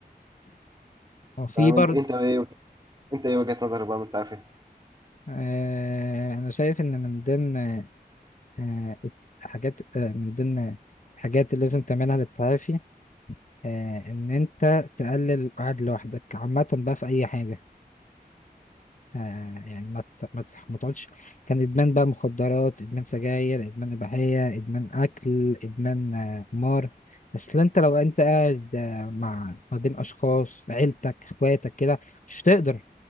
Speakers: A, on the left; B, on the right.
A: وفي
B: فاهم
A: برضه
B: انت انت ايه انت ايه وجهة نظرك بقى من التعافي
A: آه، أنا شايف إن من ضمن آه، حاجات آه، من ضمن الحاجات اللي لازم تعملها للتعافي آه، إن أنت تقلل القعد لوحدك عامة بقى في أي حاجة آه يعني ما ت- ما ت- ما تقعدش كان ادمان بقى مخدرات ادمان سجاير ادمان اباحيه ادمان اكل ادمان آه، قمار بس لا انت لو انت قاعد آه، مع ما بين اشخاص عيلتك اخواتك كده مش تقدر